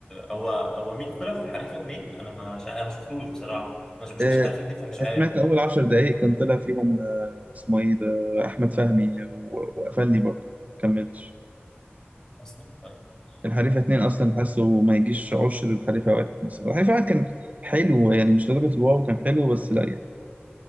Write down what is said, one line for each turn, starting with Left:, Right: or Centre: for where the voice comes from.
Left: هو هو مين طلع في الحريفة اتنين انا ما شا... انا ما شفتوش بصراحة ما ما شفتش
Right: أه
Left: حريفة اتنين فمش
Right: انا
Left: عارف
Right: سمعت اول عشر دقائق كان طلع فيهم آه، اسمه ايه ده احمد فهمي و- وقفلني برضه ما كملتش
Left: اصلا طيب ماشي
Right: الحريفه اتنين اصلا حاسه ما يجيش عشر الحريفه واحد مثلا الحريفه واحد كان حلو يعني مش لدرجه الواو كان حلو بس لا يعني